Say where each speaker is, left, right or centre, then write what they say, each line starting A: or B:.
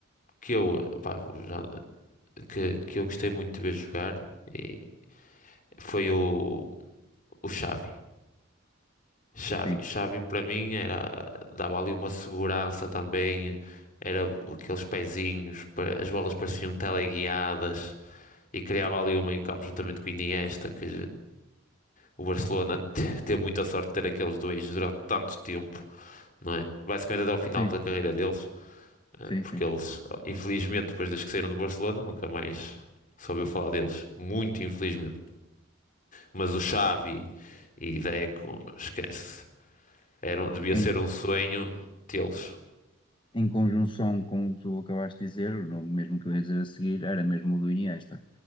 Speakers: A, on the left (about 40°); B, on the left (about 25°).
A: que eu, opa, já- que, que eu gostei muito de ver jogar e foi o, o Xavi. Xavi,
B: Sim,
A: Xavi para mim era, dava ali uma segurança também, era aqueles pezinhos, pa- as bolas pareciam teleguiadas e criava ali um meio-campo juntamente com o Iniesta, que o Barcelona <laughs> te- teve muita sorte de ter aqueles dois durante tanto tempo, não é? Basicamente até ao final
B: sim,
A: da carreira deles, eh,
B: sim,
A: porque
B: sim.
A: eles, oh, infelizmente, depois desde que saíram do Barcelona, nunca mais soube falar deles, muito infelizmente. Mas o Xavi e Deco, esquece. Era, um- devia
B: Em,
A: ser um sonho tê-los.
B: em conjunção com o que tu acabaste de dizer, o nome mesmo que eu ia dizer a seguir era mesmo o do Iniesta.